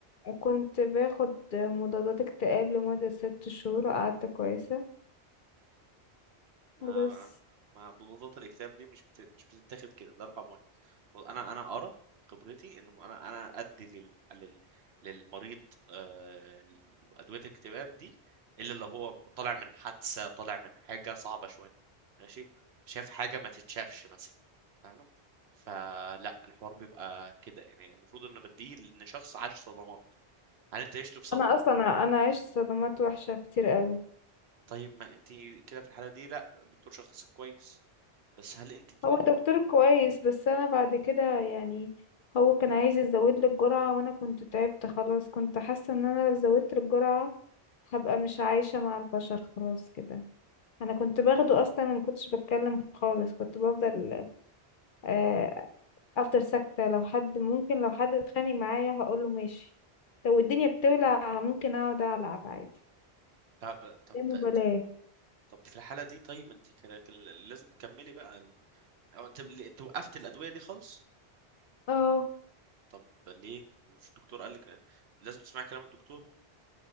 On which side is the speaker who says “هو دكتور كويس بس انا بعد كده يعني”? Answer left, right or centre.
Left